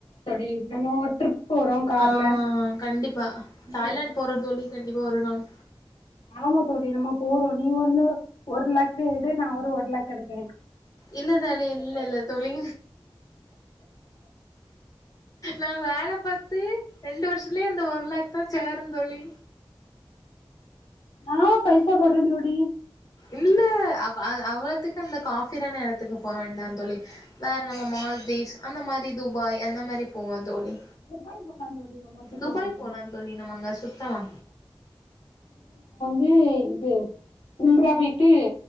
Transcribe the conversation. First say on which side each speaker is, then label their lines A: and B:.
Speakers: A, on the left (about 75°); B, on the left (about 40°).
A: இ நம்மோ ட்ரிப் போறோம் கார்ல
B: ஆ கண்டிப்பா தாய்லாந்து
A: ம்
B: போறோ தோழி கண்டிப்பா ஒரு நாள்
A: ஆமா தோழி நம்ம போறோ நீ வந்து ஒரு லேக்கு எடு நா ஒரு ஒரு லேக் எடுக்ககுற
B: இல்ல தோழி இல்ல இல்ல தோழி நா வேல பாத்து ரெண்டு வருஷத்துலயே அந்த ஒரு லேக் தா சேரும் தோழி
A: ஆ பைசா போட்றது தோழி
B: இல்ல அவ் அ அவ்வளத்துக்கு அந்த காபிஃரான எடத்துக்கு போ வேண்டா தோழி வேற நம்ம மால்தீவ்ஸ் அந்த மாரி துபாய் அந்த மாரி போவோம் தோழி
A: துபாய் போலா தோழி நம்ம டிக்கெட்
B: துபாய்
A: போட்டு
B: போலான் தோழி நம்ம அங்க சுத்தலா
A: து இது உம்ரா போய்ட்டு